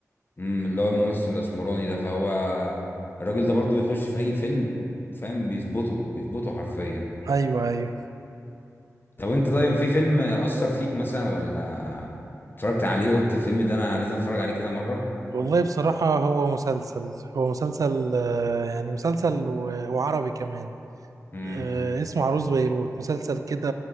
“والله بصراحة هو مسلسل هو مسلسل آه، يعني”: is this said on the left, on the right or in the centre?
Right